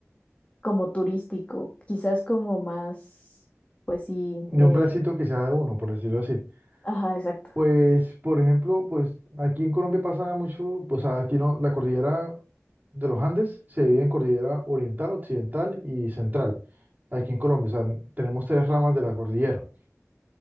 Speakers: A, on the left; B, on the right.
A: como turístico, quizás como más, pues sí,
B: de
A: eh,
B: un plancito que sea de uno, por decirlo así.
A: ajá, exacto.
B: Pues, por ejemplo, pues aquí en Colombia pasa mucho, o sea, aquí no, la cordillera de los Andes se divide en cordillera oriental, occidental y central. Aquí en Colombia, o sea, tenemos tres ramas de la cordillera,